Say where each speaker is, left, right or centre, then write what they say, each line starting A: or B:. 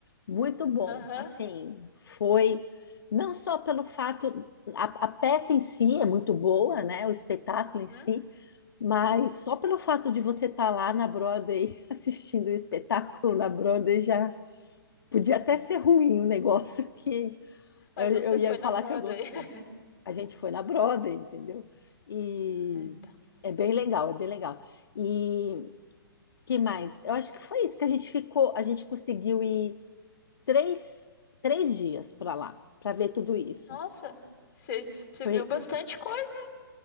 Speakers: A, on the left; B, on the left.
A: Muito bom.
B: Aham.
A: Assim, foi não só pelo fato, a, a peça em si é muito boa, né? O espetáculo
B: uhum.
A: em si, mas só pelo fato de você estar lá na Broadway <laughs> assistindo o espetáculo na Broadway já podia até ser ruim o negócio que
B: Mas
A: Eu,
B: você
A: eu ia
B: foi na
A: falar
B: Broadway.
A: que eu gostei.
B: <laughs>
A: A gente foi na Broadway, entendeu? E
B: Eita, eita.
A: é bem legal, é bem legal. E que mais? Eu acho que foi isso, que a gente ficou, a gente conseguiu ir três, três dias para lá, para ver tudo isso.
B: Nossa, você, você
A: Por-
B: viu bastante coisa,